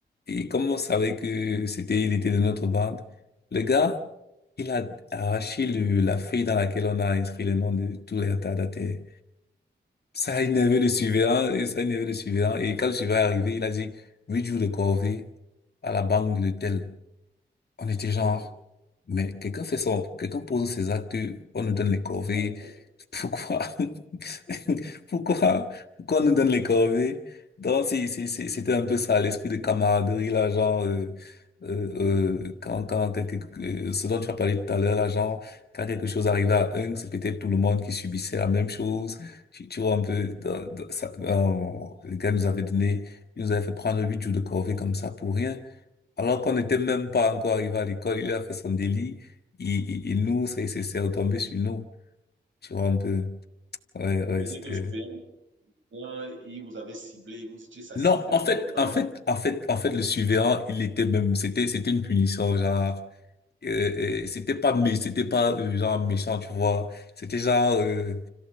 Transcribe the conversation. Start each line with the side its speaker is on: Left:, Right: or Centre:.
Left: Et comme on savait que c'était, il était de notre bande, le gars, il a arraché le, la feuille dans laquelle on a inscrit le nom de tous les retardataires. Ça a énervé le surveillant, et ça a énervé le surveillant. Et quand le surveillant est arrivé, il a dit, huit jours de corvée à la banque de tel. On était genre,
Right: oui.
Left: mais quelqu'un fait son, quelqu'un pose ses actes, on nous donne les corvées.
Right: Ça
Left: Pourquoi? <laughs> Pourquoi qu'on nous donne les corvées? Donc, c'est- c'est- c'est- c'était un peu ça, l'esprit de camaraderie, là, genre, euh, euh, euh, quand, quand quelque, euh, ce dont tu as parlé tout à l'heure, là, genre, quand quelque chose arrivait à un, c'est peut-être tout le monde qui subissait la même chose. Tu, tu vois un peu, dans- dans- ça, euh, les gars nous avaient donné, ils nous avaient fait prendre huit jours de corvée comme ça pour rien. Alors qu'on n'était même pas encore arrivé à l'école, il a fait son délit, il, il, il nous, c'est c'est- c'est retombé sur nous. Tu vois un peu. Ouais, ouais,
Right: veut dire
Left: c'était...
Right: <laughs> que le surveillant, il vous avait ciblé, vous étiez sa
Left: Non,
Right: cible depuis
Left: en fait,
Right: longtemps.
Left: en
Right: il
Left: fait,
Right: a-
Left: en fait, en fait, le surveillant, il était même, c'était, c'était une punition, genre, euh, euh, c'était pas, mais c'était pas, euh, genre, méchant, tu vois. C'était genre, euh,